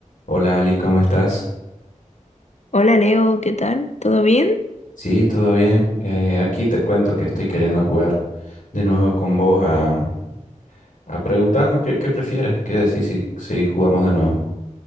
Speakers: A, on the left (about 85°); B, on the left (about 60°).
A: Hola Ali, ¿cómo estás?
B: Hola Leo, ¿qué tal? ¿Todo bien?
A: Sí, todo bien. Eh, aquí te cuento que estoy queriendo jugar de nuevo con vos a, a preguntarnos qué, qué prefieres, qué decís si, si jugamos de nuevo.